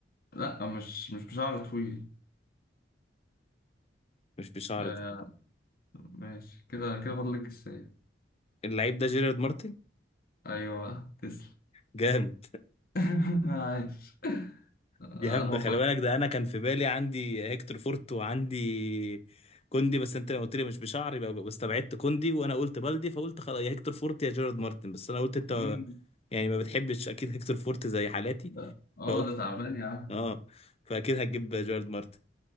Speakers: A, on the left; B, on the left.
A: لا مش مش بشعر طويل
B: <laughs> مش بشعر
A: آه
B: طويل
A: ماشي كده كده فاضل لك جساي
B: اللعيب ده جيرارد مارتن
A: أيوه تسلم
B: جامد
A: <laughs> عايش آه
B: دي هبدة
A: هو
B: خلي بالك ده انا كان في بالي عندي هيكتور فورت وعندي كوندي بس انت لما قلت لي مش بشعر يبقى بس استبعدت كوندي وانا قلت بلدي فقلت خلاص يا هيكتور فورت يا جيرارد مارتن بس انا قلت انت
A: فرنساوي
B: يعني ما بتحبش اكيد هيكتور فورت زي حالاتي
A: ده اه
B: فقلت
A: ده تعبان يا عم
B: اه فاكيد هتجيب جارد مارتن